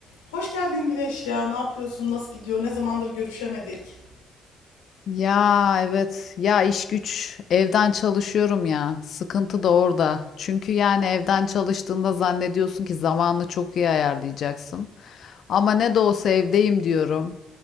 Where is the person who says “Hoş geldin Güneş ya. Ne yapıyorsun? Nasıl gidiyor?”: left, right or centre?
Left